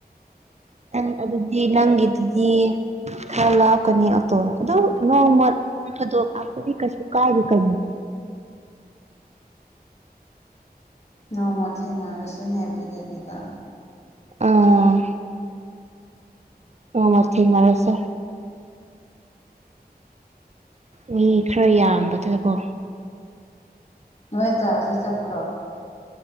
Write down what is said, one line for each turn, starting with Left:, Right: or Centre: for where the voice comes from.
Right: ꯅꯪ ꯑꯗꯨꯗꯤ ꯅꯪ ꯑꯗꯨꯗꯤ ꯈꯔ ꯂꯥꯎꯀꯅꯤ ꯑꯇꯣ ꯑꯗꯨ ꯅꯣꯡꯃꯗꯣꯛ ꯂꯄꯗꯤ ꯀꯩꯁꯨ ꯀꯥꯏꯔꯤꯦ ꯀꯩꯅꯣ
Left: <inaudible> ꯅꯣꯡꯃꯊꯦꯡꯅ ꯔꯁꯤꯅꯦ ꯑꯗꯨꯗꯠ ꯂꯤꯗ
Right: ꯑꯥ ꯑꯣ ꯃ ꯊꯦꯡ ꯃꯔꯦꯁꯦ ꯃꯤ ꯈꯔ ꯌꯥꯝꯕꯗꯀꯣ
Left: ꯅꯣꯏ ꯆꯥꯔꯁꯤ ꯆꯠꯄ꯭ꯔꯣ